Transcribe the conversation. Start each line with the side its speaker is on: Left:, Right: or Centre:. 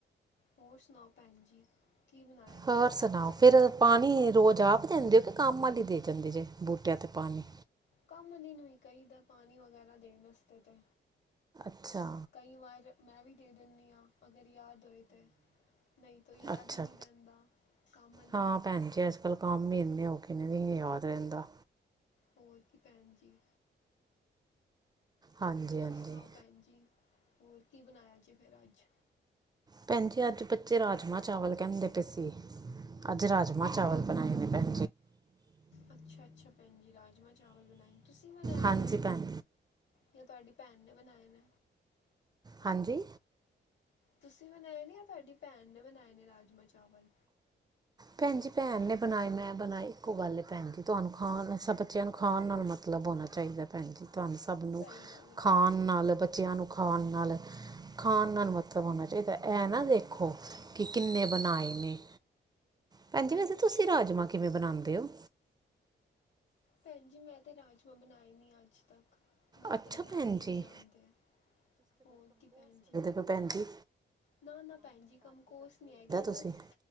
Left: ਹੋਰ ਸੁਣਾਓ ਭੈਣਜੀ, ਕੀ ਬਣਾਇਆ। ਫਿਰ
Right: ਹੋਰ
Left: ਅੱਜ
Right: ਸੁਣਾਓ
Left: ਤੁਸੀਂ
Right: ਫੇਰ ਪਾਣੀ ਰੋਜ਼ ਆਪ ਦਿੰਦੇ ਹੋ ਕਿ ਕੰਮ ਵਾਲੀ ਦੇ ਜਾਂਦੀ ਜੇ ਬੂਟਿਆਂ ਤੇ ਪਾਣੀ।
Left: ਕੰਮ ਵਾਲੀ ਨੂੰ ਕਹੀਦਾ ਪਾਣੀ ਵਗੈਰਾ ਦੇਣ ਵਾਸਤੇ ਤਾਂ।
Right: ਅੱਛਾ।
Left: ਕਈ ਵਾਰੀ ਮੈਂ ਵੀ ਦੇ ਦਿੰਦੀ ਹਾਂ, ਅਗਰ ਯਾਦ ਹੋਏ ਤੇ। ਨਹੀਂ ਤਾਂ ਯਾਦ
Right: ਅੱਛਾ
Left: ਹੀ ਨਹੀਂ
Right: ਅੱਛਾ
Left: ਰਹਿੰਦਾ, ਕੰਮ ਵਾਲੀ
Right: ਹਾਂ
Left: ਨੂੰ ਹੀ
Right: ਭੈਣ
Left: ਕਹਿਤਾ।
Right: ਜੀ ਅੱਜ- ਕੱਲ ਕੰਮ ਹੀ ਇੰਨੇ ਹੋ ਗਏ ਨੇ, ਨਹੀ ਯਾਦ ਰਹਿੰਦਾ
Left: ਹੋਰ ਕੀ ਭੈਣਜੀ
Right: ਹਾਂਜੀ
Left: ਤੁਸੀਂ
Right: ਹਾਂਜੀ
Left: ਸੁਣਾਓ ਭੈਣਜੀ, ਹੋਰ ਕੀ ਬਣਾਇਆ ਜੀ ਫਿਰ ਅੱਜ।
Right: ਭੈਣਜੀ ਅੱਜ ਬੱਚੇ ਰਾਜਮਾਂਹ ਚਾਵਲ ਕਹਿੰਦੇ ਪਏ ਸੀ, ਅੱਜ ਰਾਜਮਾਂਹ ਚਾਵਲ ਬਣਾਏ ਨੇ ਭੈਣਜੀ
Left: ਅੱਛਾ-ਅੱਛਾ ਭੈਣ ਜੀ ਰਾਜਮਾਂਹ ਚਾਵਲ ਬਣਾਏ ਨੇ, ਤੁਸੀਂ ਬਣਾਏ
Right: ਹਾਂਜੀ
Left: ਨੇ
Right: ਭੈਣ
Left: ਜਾਂ ਤਾਡੀ ਭੈਣ ਨੇ ਬਣਾਏ ਨੇ
Right: ਹਾਂਜੀ
Left: ਤੁਸੀਂ ਬਣਾਏ ਨੇ ਜਾਂ ਤਾਡੀ ਭੈਣ ਨੇ ਬਣਾਏ ਨੇ ਰਾਜਮਾਂਹ ਚਾਵਲ
Right: ਭੈਣ ਜੀ ਭੈਣ ਨੇ ਬਣਾਏ ਮੈਂ ਬਣਾਏ ਇੱਕੋ ਗੱਲ ਹੈ ਭੈਣ ਜੀ ਤੁਹਾਨੂੰ ਖਾਣ ਨਾਲ ਸਭ ਬੱਚਿਆਂ ਨੂੰ ਖਾਣ ਨਾਲ ਮਤਲਬ ਹੋਣਾ ਚਾਹੀਦਾ ਭੈਣ ਜੀ ਤੁਹਾਨੂੰ ਸਭ ਨੂੰ,
Left: ਸਹੀ ਗੱਲ ਹੈ
Right: ਖਾਣ
Left: ਭੈਣ ਜੀ
Right: ਨਾਲ ਬੱਚਿਆਂ ਨੂੰ ਖਾਣ ਨਾਲ ਖਾਣ ਨਾਲ ਮਤਲਬ ਹੋਣਾ ਚਾਹੀਦਾ, ਐਹ ਨਾ ਦੇਖੋ ਕਿ ਕਿੰਨੇ ਬਣਾਏ ਨੇ ਭੈਣਜੀ ਵੈਸੇ ਤੁਸੀਂ ਰਾਜਮਾਂ ਕਿਵੇਂ ਬਣਾਉਂਦੇ ਓ
Left: ਭੈਣ ਜੀ ਮੈਂ 'ਤੇ ਰਾਜਮਾਂਹ ਬਨਾਏ ਨੀ ਅੱਜ ਤੱਕ। ਮੈਨੂੰ
Right: ਅੱਛਾ
Left: ਤਾਂ ਬਨਾਨੇ
Right: ਭੈਣ
Left: ਈ ਨੀ
Right: ਜੀ
Left: ਆਂਦੇ, ਹੋਰ ਕੀ ਭੈਣ ਜੀ?
Right: ਓ ਭੈਣਜੀ
Left: ਨਾ-ਨਾ ਭੈਣ ਜੀ, ਕੰਮ ਕੋਸ ਨੀ ਹੈਗੀ ਬਸ
Right: ਤੁਸੀਂ